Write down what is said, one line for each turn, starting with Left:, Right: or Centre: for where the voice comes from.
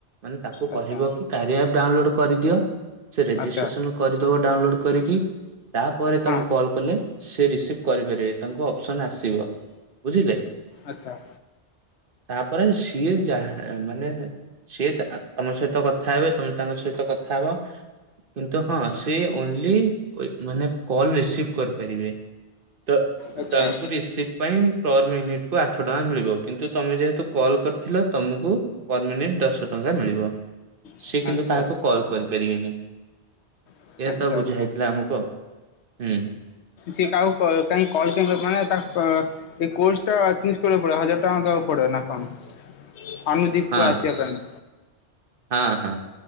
Right: ମାନେ ତାକୁ
Left: ଆଚ୍ଛା
Right: କହିବ କି କାରିଆ ଆପ ଡାଉନଲୋଡ କରିଦିଅ। ସେ ରେଜିଷ୍ଟ୍ରେସନ୍
Left: ଆଚ୍ଛା
Right: କରିଦବ ଡାଉନଲୋଡ୍ କରିକି ତାପରେ
Left: ହଁ
Right: ତୋମେ କଲ୍ କଲେ ସେ ରିସିଭ୍ କରିପାରିବେ ତାଙ୍କୁ ଅପ୍ସନ୍ ଆସିବ ବୁଝିଲେ।
Left: ଆଚ୍ଛା।
Right: ତାପରେ ସିଏ ଯାହା ମାନେ ସିଏ ଆ, ତୋମ ସହିତ କଥା ହେବେ ତୋମେ ତାଙ୍କ ସହିତ କଥା ହବ। କିନ୍ତୁ ହଁ ସିଏ ଓନ୍ଲି ଅଏ ମାନେ କଲ୍ ରିସିଭ୍ କରିପାରିବେ। ତ
Left: ଆଚ୍ଛା
Right: ତାଙ୍କୁ ରିସିଭ୍ ପାଇଁ ପର୍ ମିନିଟ୍ କୁ ଆଠ ଟଙ୍କା ମିଳିବ କିନ୍ତୁ ତୋମେ ଯେହେତୁ କଲ୍ କରିଥିଲ ତୋମକୁ ପର୍ ମିନିଟ୍ ଦଶ ଟଙ୍କା ମିଳିବ।
Left: ଆଚ୍ଛା
Right: ସିଏ କିନ୍ତୁ କାହାକୁ କଲ୍ କରିପାରିବେନି।
Left: ଆଚ୍ଛା
Right: ଏ ତ ବୁଝା
Left: ଆଚ୍ଛା
Right: ହେଇଥିଲା ଆମକୁ ଆଉ ଉଁ,।
Left: ସିଏ କାହାକୁ କ-କାହିଁକି କଲ୍ <unintelligible> ମାନେ ତା ଅ, ଏ କୋର୍ସଟା ଚୁସ୍ କରିବାକୁ ପଡ଼ିବ ହଜାର ଟଙ୍କା ଦବାକୁ ପଡ଼ିବ ନା କଣ ଅନୁଦୀପ୍
Right: ହଁ
Left: କୁ ଆସିବା ପାଇଁ?
Right: ହଁ, ହଁ।